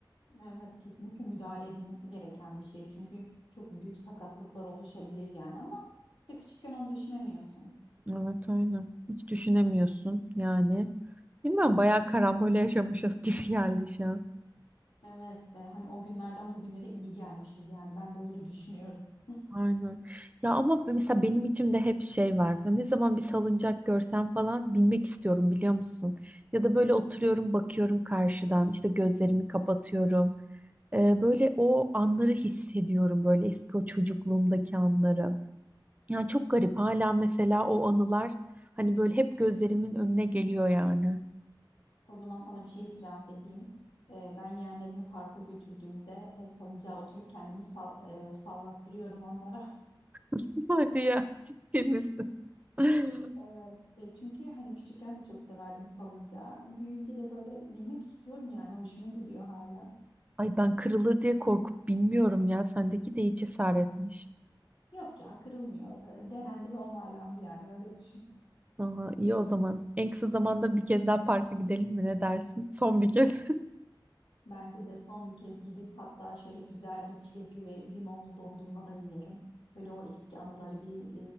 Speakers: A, on the left; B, on the right.
A: Evet, kesinlikle müdahale edilmesi gereken bir şey. Çünkü çok büyük sakatlıklar oluşabilir yani ama işte küçükken onu düşünemiyorsun.
B: Evet öyle. Hiç düşünemiyorsun yani. Bilmiyorum bayağı karambole yaşamışız <laughs> gibi geldi şu an.
A: Evet, e, hani o günlerden bugünlere iyi gelmişiz yani ben de öyle düşünüyorum. <laughs>
B: Aynen. Ya ama mesela benim içimde hep şey var. Ben Ne zaman bir salıncak görsem falan binmek istiyorum biliyor musun? Ya da böyle oturuyorum bakıyorum karşıdan işte gözlerimi kapatıyorum. Ee, böyle o anları hissediyorum böyle eski o çocukluğumdaki anları. Yani çok garip hala mesela o anılar hani böyle hep gözlerimin önüne geliyor yani.
A: O zaman sana bir şey itiraf edeyim. E, ben yeğenlerimi parka götürdüğümde e, salıncağa oturup kendimi sal- e, sallattırıyorum onlara.
B: <laughs> Hadi ya ciddi misin? <laughs>
A: <laughs> Evet. E, çünkü hani küçükken de çok severdim salıncağı. Büyüyünce de böyle binmek istiyorum yani hoşuma gidiyor hala.
B: Ay ben kırılır diye korkup bilmiyorum ya sendeki de hiç cesaretmiş.
A: Yok ya kırılmıyor. E, denendi ve onaylandı yani öyle düşün.
B: Aa, iyi o zaman. En kısa zamanda bir kez daha parka gidelim mi ne dersin? Son bir kez.
A: Bence de son bir kez gidip hatta şöyle güzel bir çilekli ve limonlu dondurma da yiyelim. Böyle o eski anıları bir